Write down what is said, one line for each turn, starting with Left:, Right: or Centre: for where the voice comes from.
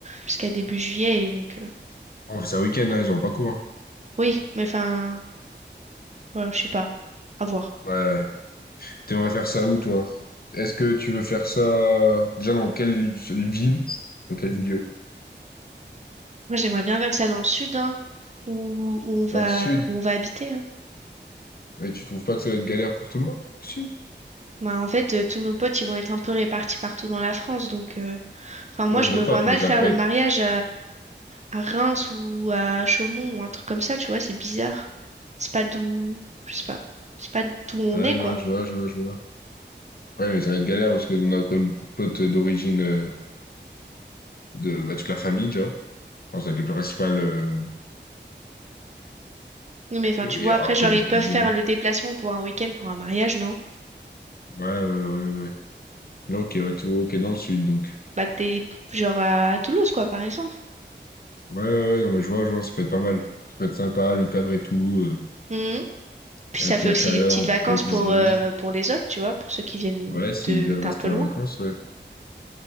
Right: jusqu'à début juillet, et donc euh,
Left: Oh, c'est un week-end, hein, ils ont pas cours. hein.
Right: oui, mais enfin, voilà, je sais pas, à voir.
Left: Ouais, ouais. T'aimerais faire ça où, toi? Est-ce que tu veux faire ça déjà dans quelle ville? Dans quelle ville?
Right: Moi, j'aimerais bien faire ça dans le sud, hein, où, où on va,
Left: Dans le sud?
Right: où on va habiter, hein.
Left: Mais tu trouves pas que ça va être galère pour tout le monde? Le sud?
Right: Bah, en fait, euh, tous nos potes, ils vont être un peu répartis partout dans la France, donc euh, enfin, moi,
Left: Ouais,
Right: je
Left: nos
Right: me vois
Left: potes,
Right: mal
Left: mais ça
Right: faire
Left: va pas
Right: le
Left: être.
Right: mariage à Reims ou à Chaumont ou un truc comme ça, tu vois, c'est bizarre. C'est pas d'où, je sais pas, c'est pas d'où on
Left: Ouais,
Right: est, quoi.
Left: non, je vois, je vois, je vois. Ouais, mais ça va être galère parce que on a quand même beaucoup de potes d'origine euh, de bah, toute la famille, genre. Quand ça va être le principal, euh,
Right: Oui, Mais enfin,
Left: le-
Right: tu
Left: où il
Right: vois,
Left: y aura
Right: après, genre,
Left: quasi
Right: ils
Left: plus
Right: peuvent faire
Left: de monde.
Right: le déplacement pour un week-end, pour un mariage, non?
Left: Ouais, ouais, ouais, ouais. Non, Ok, ouais, tu vois, ok, dans le sud, donc.
Right: Bah, peut-être, genre, à, à Toulouse, quoi, par exemple.
Left: Ouais, ouais, ouais, non, mais je vois, je vois, ça peut être pas mal. Ça peut être sympa, le cadre et tout, euh,
Right: Mhm. Puis
Left: avec
Right: ça fait
Left: la
Right: aussi
Left: chaleur,
Right: des petites
Left: on
Right: vacances
Left: peut trouver tout
Right: pour,
Left: le
Right: euh,
Left: jeu.
Right: pour les autres, tu vois, pour ceux qui viennent
Left: Ouais, s'ils
Right: de,
Left: veulent
Right: d'un
Left: rester
Right: peu
Left: en
Right: loin.
Left: vacances, ouais.